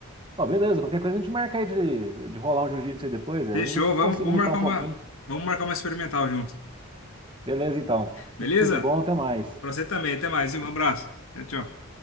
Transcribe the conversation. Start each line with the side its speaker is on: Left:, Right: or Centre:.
Right: Ó, beleza, qualquer coisa a gente marca aí de, de rolar um jiu-jitsu aí depois. né?
Left: Fechou.
Right: Às vezes eu
Left: Vamos,
Right: consigo
Left: vamos
Right: lutar
Left: marcar
Right: um
Left: uma,
Right: pouquinho.
Left: vamos marcar uma experimental junto.
Right: Beleza, então.
Left: Beleza?
Right: Tudo, tudo de bom, até mais.
Left: Pra você também. Até mais, viu? Um abraço. Tchau, tchau.